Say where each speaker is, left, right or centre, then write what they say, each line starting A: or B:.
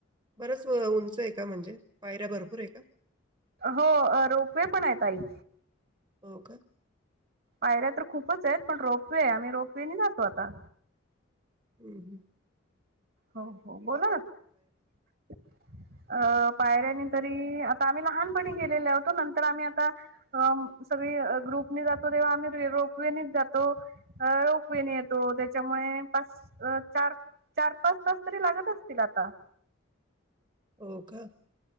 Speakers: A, on the right; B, on the right.
A: बरच उंच आहे का म्हणजे? पायऱ्या भरपूर आहे का?
B: हो रोपवे पण आहे ताई.
A: हो का?
B: पायऱ्या तर खूपचएत, पण रोपवे आहे आम्ही रोपवेनी जातो आता.
A: हम्म हम्म.
B: हो हो बोला ना तुम्ही, अ पायऱ्यानी तरी आता आम्ही लहानपणी गेलेले होतो नंतर आम्ही आता अं सगळी ग्रुपने जातो. तेव्हा आम्ही रे रोपवेनीच जातो रोपवेनी येतो त्याच्यामुळे पाच चार चार पाच तास तरी लागत असतील आता.
A: हो का?